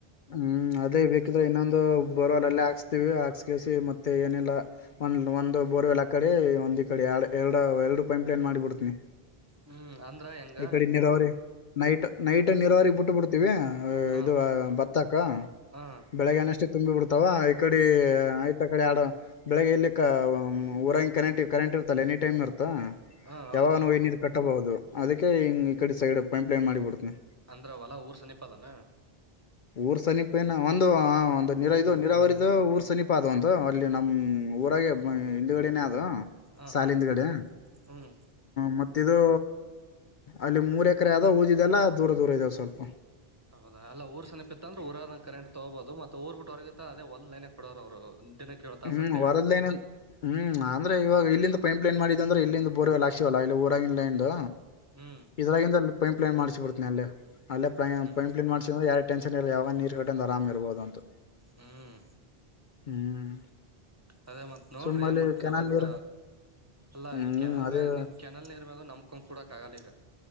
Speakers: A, on the left; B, on the right.
A: ಹ್ಮ್ ಅದೇ ಬೇಕಿದೆ ಇನ್ನೊಂದು ಬರ್ವಲ್ಲ್ಲೇ ಹಾಕ್ಸ್ತಿೀವಿ ಹಾಕ್ಸ್ಕಸಿ ಮತ್ತೆ ಏನಿಲ್ಲ ಒಂದ ಒಂದು ಬೋರ್ವೆ ಎಲ್ಲ ಆ ಕಡೆ ಒಂದ ಈ ಕಡೆ ಎರಡು ಎರಡು ಪೈಂಪ್ ಲೈನ್ ಮಾಡಿಬಿಡ್ತನಿ
B: ಹ್ಮ್ ಅಂದ್ರ ಹೆಂಗ
A: ಈ ಕಡೆ ನೀರಾವರಿ ನೈಟ್ ನೈಟ್ ನೀರಾವರಿ ಬಿಟ್ಟ ಬಿಿಡ್ತ ತಿವ
B: ಹ
A: ಇದು ಬತ್ತಕ
B: ಹ
A: ಬೆಳಿಗ್ಗೆನಷ್ಟೇ ತುಂಬಿ ಬಿಡ್ತ ತವ ಇಕಡೆ ಆಯ ಕಡೆ ಆಡ ಬೆಳಗ್ ಎಲ್ಲಿಊರಾಿ ಕರೆಂಟ್ ಕರೆಂಟ್ ಇರ್ತಲ್ಲ ಎನಿ ಟೈಮ್ ಇರ್ತ್ತ ತ್ತ
B: ಹ ಹೌದು
A: ಯಾವಾಗ ನೋ ನೀರು ಕಟ್ಟಬಹುದು ಅದಕ್ಕೆ ಹಿಂಗ ಈ ಕಡೆ ಸೈಡ್ ಪೈಂಪ್ ಲೈನ್ ಮಾಡಿಬಿಡ್ತನಿ
B: ಅಂದ್ರವಲ್ಲಾ ಊರ್ ಸನೀಪ ಅದಾನ
A: ಊರ್ ಸಮೀಪಏನ ಒಂದು ಒಂದು ನೀರಾ ಇದು ನೀರಾವರಿದ ಊರ್ ಸಮೀಪ ಅದ ಒಂದು ಅಲ್ಲಿ ನಮ್ಮ್ ಕೂರಾಗ ಹಿಂದಗಡನೇ ಅದು
B: ಹ
A: ಸಾಲ
B: ಹಾ
A: ಹಿಂದಗಡೆ
B: ಹ್ಮ್
A: ಮ ತಿದು ಅಲ್ಲಿ ಮೂರ್ ಎಕರೆ ಆದ ಊದಿದೆಲ್ಲ ದೂರ ದೂರ ಇದಾವ ಸ್ವಲ್ಪ
B: ಹೌದಾ ಅಲ್ಲ ಊರ್ ಸನಪಿತ್ತ ಅಂದ್ರ ಊರದ ಕರೆಂಟ್ ತಗಬಹದು ಮತ್ತೆಊರ್ ಬಿಟ್ಟ ಹೊರಗತ್ತ ಅದೇ ಒಂದ್ ಲೈನಕ್ ಕೊಡೋರು ಅವರು ಒಂದ ದಿನ ಕೇಳತಾಸತ್ತೇವೆ
A: ಹ್ಮ್ ಹೊರದ್ಲೇನ ಹ್ಮ್ ಅಂದ್ರೆ ಇವ ಇಲ್ಲಿಂದ ಪೈಪ್ ಏನ್ ಮಾಡಿದ ಅಂದ್ರೆ ಇಲ್ಲಿಂದ ಬೋರ್ ಎಲ್ಲ ಆಕ್ಷಿವಲ್ಲ ಇಲ್ಲಿ ಊರಾಗಿಲ್ಲಂದು
B: ಹ್ಮ್
A: ಇದ್ರಾಗಿಂದ ಪೈಂಪ್ಲನ್ ಮಾಡ್ ಬಿಡ್ತನ ಅಲ್ಲೆ
B: ಹ್ಮ್
A: ಪೈಪ್ಲೇನ್ ಮಾಡಸಿದ್ರ ಯಾರ ಟೆನಸನ್ ಇಲ್ಲ ಯಾಗ ನೀರು ಕಟ್ಟ ಅ ಆರಾಮ್ ಇರ್ಬಹುದು ಅಂತ
B: ಹ್ಮ್
A: ಹ್ಮ್
B: ಅದೇ ಮತ್ ನೋಡ್ರಿ
A: ಸುಮ್ಮಲ್ಲಿ
B: ಏನ್ ಮಾಡ್ತರಿ
A: ಕೆನಾಲ್
B: ಒಟ್ಟ
A: ನೀರ್
B: ಅಲ್ಲಾ
A: ಹ್ಮ್
B: ಈ ಕೆನಲ್
A: ಅದೇ
B: ಮ್ಯಾಗ ಕೆನಲ್ ನೀರ್ ಮ್ಯಾಗ ನಂಬಕೊಂಡ್ ಕೂಡಕ್ಕಾಗಲ್ಲ ಈಗ